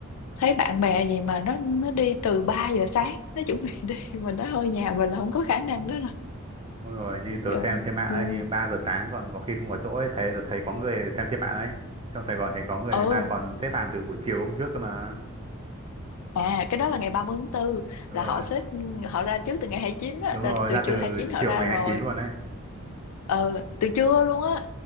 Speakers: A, on the left; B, on the right.
A: thấy bạn bè gì mà nó nó đi từ 3 giờ sáng nó chuẩn bị đi <laughs> mình nói thôi nhà mình là không có khả năng đó rồi
B: Đúng rồi, như tớ
A: giờ
B: xem trên mạng
A: vui
B: ấy, như 3 giờ sáng còn có khi không có chỗ ấy, thấy tớ thấy có người xem trên mạng ấy. Trong Sài Gòn thì có người
A: ừ
B: người ta còn xếp hàng từ buổi chiều hôm trước cơ mà.
A: à cái đó là ngày 30 tháng 4
B: Đúng
A: là
B: rồi.
A: họ xếp họ ra trước từ ngày 29 á
B: Đúng
A: từ,
B: rồi,
A: từ
B: ra
A: trưa
B: từ
A: hai chín họ
B: chiều
A: ra
B: ngày
A: rồi
B: hai mươi chín luôn đấy.
A: ừ từ trưa luôn á